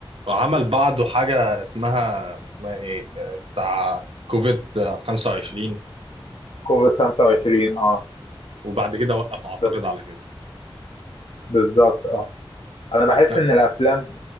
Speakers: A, on the right; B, on the left.
A: وعمل بعده حاجة اسمها اسمها ايه آه، بتاع كوفيد 25
B: كوفيد 25 أه
A: وبعد كده وقف اعتقد
B: ب-
A: على كده
B: بالظبط أه انا بحس
A: لا
B: ان الافلام